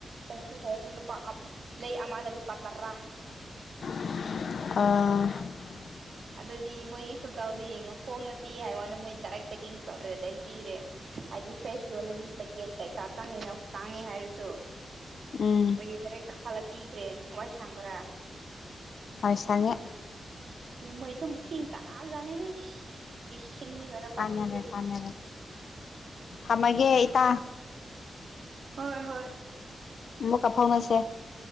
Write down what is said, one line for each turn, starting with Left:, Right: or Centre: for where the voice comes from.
Right: ꯍꯣꯡꯁꯨ ꯍꯣꯡꯕ ꯂꯨꯄꯥ ꯑꯝ ꯂꯩ ꯑꯃꯗ ꯂꯨꯄꯥ ꯇꯔꯥ <unintelligible>
Left: ꯑ
Right: ꯑꯗꯨꯗꯤ ꯃꯣꯏꯒꯤ ꯈꯨꯆꯥꯎꯗ ꯌꯦꯡꯉꯣ ꯍꯣꯡꯅ ꯄꯤꯌꯦ ꯍꯥꯏ ꯋꯥꯅꯦ ꯃꯣꯏ ꯗꯥꯏꯔꯦꯛ ꯄꯦꯛꯀꯤꯡꯁꯨ ꯇꯧꯗꯔꯦ ꯗꯥꯏꯛ ꯄꯤꯔꯦ ꯍꯥꯏꯗꯤ ꯐ꯭ꯔꯦꯁꯤꯑꯣꯗꯗꯤ ꯄꯦꯀꯦꯠ ꯀꯩꯀꯥ ꯇꯥꯡꯉꯦꯅ ꯇꯥꯡꯉꯦ ꯍꯥꯏꯔꯁꯨ
Left: ꯎꯝ
Right: ꯃꯣꯏꯗꯤ ꯇꯔꯦ ꯀ ꯊꯥꯂ ꯄꯤꯈ꯭ꯔꯦ ꯍꯋꯥꯏ ꯁꯥꯡꯕ꯭ꯔꯥ
Left: ꯍꯣꯏ ꯁꯪꯉꯦ
Right: ꯃꯣꯏ ꯇꯨꯝ ꯊꯤ ꯀ ꯅꯥꯅꯦꯖ <unintelligible> ꯁꯤꯡꯅꯤ ꯒꯅ
Left: ꯀꯥꯟꯅꯔꯦ
Right: ꯄꯥꯟꯕꯤꯁꯦ
Left: ꯀꯥꯟꯅꯔꯦ ꯊꯝꯃꯒꯦ ꯏꯇꯥ
Right: ꯍꯣꯏ ꯍꯣꯏ
Left: ꯑꯃꯨꯛꯀ ꯐꯥꯎꯅꯁꯦ